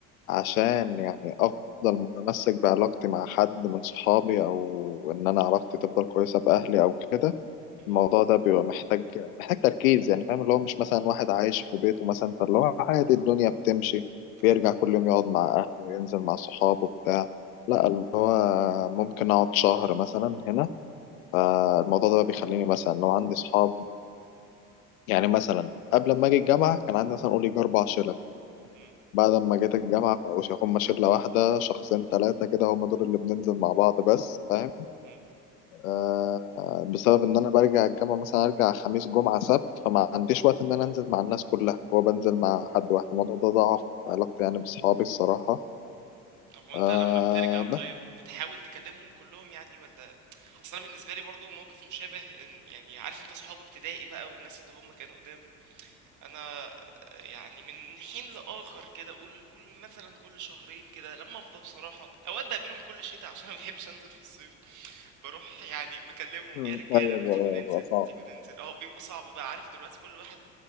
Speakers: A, on the left; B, on the right.
A: عشان
B: اهم،
A: يعني افضل متمسك بعلاقتي مع حد من صحابي او ان انا علاقتي تفضل كويسه باهلي او كده
B: اهم،
A: الموضوع ده بيبقى محتاج محتاج تركيز يعني فاهم اللي هو مش مثلا واحد عايش في بيته مثلا فاللي هو عادي الدنيا بتمشي بيرجع
B: آه،
A: كل يوم يقعد مع اهله وينزل مع صحابه بتاع لا اللي هو ممكن اقعد شهر مثلا هنا فالموضوع ده بقى بيخليني مثلا لو عندي اصحاب يعني مثلا قبل ما اجي الجامعه كان عندي مثلا قول يجي اربع شلة
B: إمم،
A: بعد ما جيت الجامعه مبقوش هما شله واحده شخصين ثلاثه كده هم دول اللي بننزل مع بعض بس فاهم
B: إمم.
A: آه بسبب ان انا برجع الجامعه مثلا ارجع خميس جمعه سبت فما عنديش وقت ان انا انزل مع الناس كلها هو بنزل مع حد واحد الموضوع ده ضعف علاقتي يعني باصحابي الصراحه
B: طب هو
A: آه
B: أنت لمّا بترجع طيب
A: بس
B: بتحاول تكلمهم كلّهم يعني والّا أصل أنا بالنسبة لي برضه موقف مشابه إن يعني عارف أنت صحاب ابتدائي بقى والناس اللي هم كانوا قدام، أنا يعني من حين لآخر كده قُل قُل مثلًا كل شهرين كده لمّا أفضى بصراحة، أوقات باقابلهم كل شتا عشان ما باحبش أنزل في الصيف، باروح يعني مكلمهم
A: م،
B: إيه يا رجالة
A: ايوه
B: ما
A: بقى
B: تيجوا ننزل، ما
A: بقى
B: تيجوا ننزل، أهو بيبقى صعب بقى عارف دلوقتي كل واحد